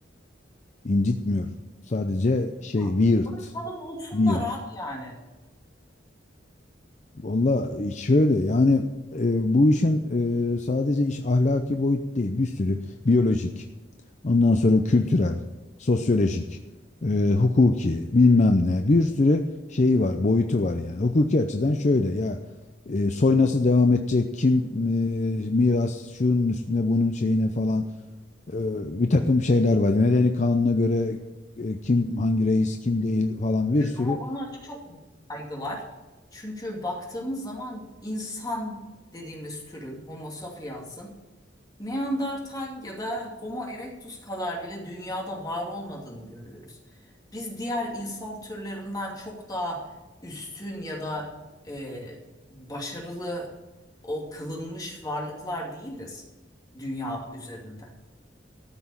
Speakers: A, on the left; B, on the left.
A: incitmiyor. Sadece şey
B: Ya,
A: weird.
B: Bırakalım olsunlar
A: Bir.
B: abi yani.
A: Valla şöyle yani e, bu işin e, sadece iş ahlaki boyut değil. Bir sürü biyolojik, ondan sonra kültürel, sosyolojik, e, hukuki bilmem ne bir sürü şeyi var, boyutu var yani. Hukuki açıdan şöyle ya e, soy nasıl devam edecek, kim e, miras şunun üstüne bunun şeyine falan e, bir takım şeyler var. Medeni kanuna göre e, kim hangi reis kim değil falan bir
B: E,
A: sürü.
B: Ama bunlar çok kaygılar. Çünkü baktığımız zaman insan dediğimiz türün, homo sapiens'ın Neandertal ya da Homo erectus kadar bile dünyada var olmadığını görüyoruz. Biz diğer insan türlerinden çok daha üstün ya da e, başarılı o kılınmış varlıklar değiliz dünya üzerinde.